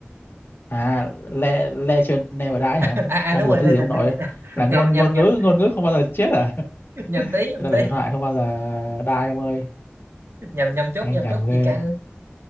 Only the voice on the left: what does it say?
à le, Legend Never Die
hả
đang
quật
cái
gì ông nội
là ngôn
ngôn
ngữ ngôn ngữ không bao giờ chết à <laughs>
người
ta
là huyền thoại không bao giờ die ông ơi
hay
nhầm
ghê